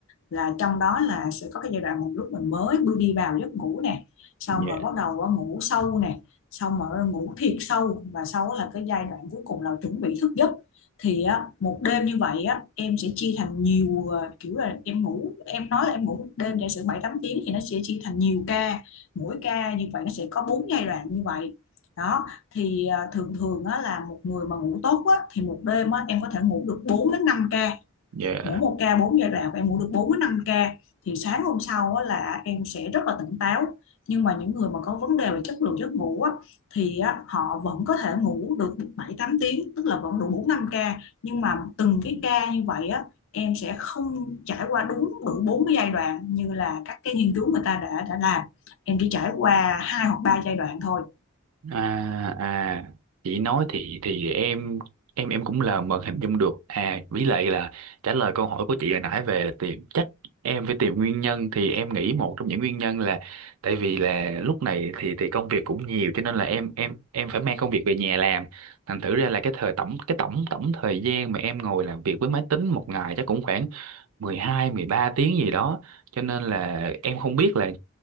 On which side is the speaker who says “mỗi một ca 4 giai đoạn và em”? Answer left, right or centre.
Left